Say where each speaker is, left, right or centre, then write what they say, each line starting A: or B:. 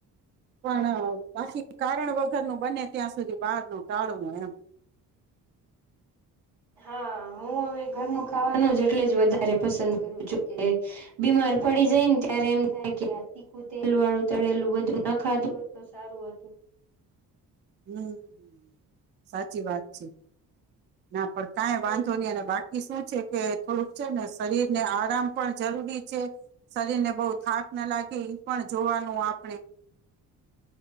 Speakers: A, on the right; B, on the right.
A: પણ બાકી કારણ વગરનું બને ત્યાં સુધી બહાર નુ ટાળવું એમ.
B: હા, હું હવે ઘરનું ખાવાનું જ એટલે જ વધારે પસંદ કરું છું. કે બીમાર પડી જાયને ત્યારે એમ થાય કે આ તીખું, તેલ વાળું, તળેલું, બધું ના ખાધું હોત તો સારું હતું.
A: હમ, સાચી વાત છે. ના પણ કાઈ વાંધો
B: ને
A: નહી. અને બાકી શું છે. કે થોડુંક છે ને શરીર ને આરામ પણ જરૂરી છે. શરીર ને બહ થાક ના લાગે એ પણ જોવાનું આપણે.